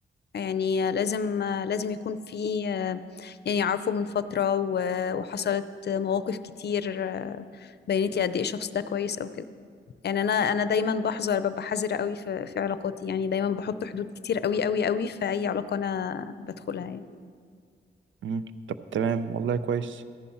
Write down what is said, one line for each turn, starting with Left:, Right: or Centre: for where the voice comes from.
Left: يعني لازم لازم يكون في يعني عارفه من فترة و- وحصلت مواقف كتير بينت لي قد ايه الشخص ده كويس او كده يعني انا انا دايما بحذر ببقى حذرة قوي في في علاقاتي يعني دايما بحط حدود كتير قوي قوي قوي في اي علاقة انا بدخلها يعني
Right: مم. طب تمام والله كويس